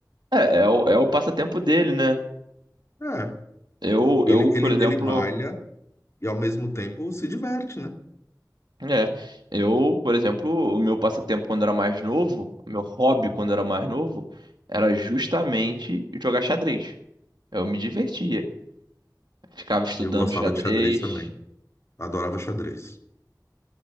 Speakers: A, on the right (about 80°); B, on the left (about 40°).
A: É, é o, é o passatempo dele, né?
B: É.
A: Eu,
B: Ele,
A: eu,
B: ele,
A: por exemplo.
B: ele malha e ao mesmo tempo se diverte, né?
A: É, eu, por exemplo, o meu passatempo quando era mais novo, o meu hobby quando era mais novo, era justamente jogar xadrez. Eu me divertia. Ficava estudando
B: Eu gostava
A: xadrez,
B: de xadrez também. Adorava xadrez.